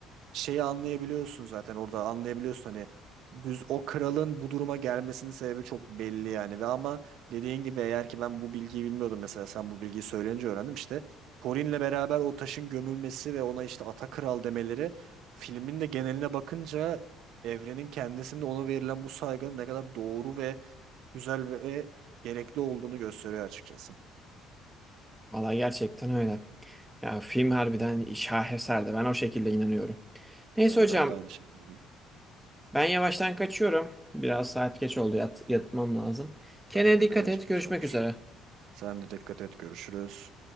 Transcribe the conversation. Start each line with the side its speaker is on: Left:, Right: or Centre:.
Right: şeyi anlayabiliyorsun zaten orada anlayabiliyorsun hani düz o kralın bu duruma gelmesinin sebebi çok belli yani ve ama dediğin gibi eğer ki ben bu bilgiyi bilmiyordum mesela sen bu bilgiyi söyleyince öğrendim işte Corin'le beraber o taşın gömülmesi ve ona işte ata kral demeleri filmin de geneline bakınca evrenin kendisinde ona verilen bu saygının ne kadar doğru ve güzel ve gerekli olduğunu gösteriyor açıkçası.
Centre: Valla gerçekten öyle. Ya film harbiden şaheserdi. Ben o şekilde inanıyorum. Neyse
Right: Ya
Centre: hocam
Right: ben de aynı şekilde.
Centre: Ben yavaştan kaçıyorum. Biraz saat geç oldu. Yat, yatmam lazım. Kendine
Right: Aynen
Centre: dikkat
Right: birazcık
Centre: et.
Right: geç
Centre: Görüşmek
Right: olmuş.
Centre: üzere.
Right: Sen de dikkat et görüşürüz.